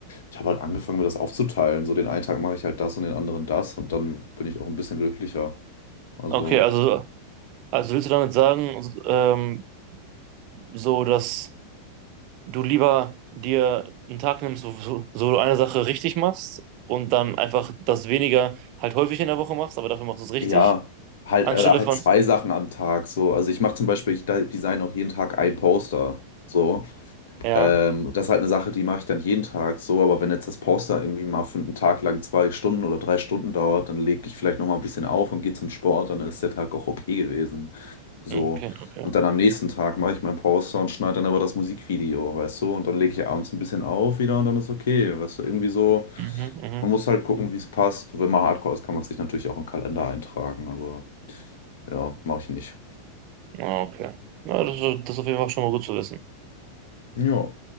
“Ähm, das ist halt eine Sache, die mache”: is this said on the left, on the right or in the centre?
Left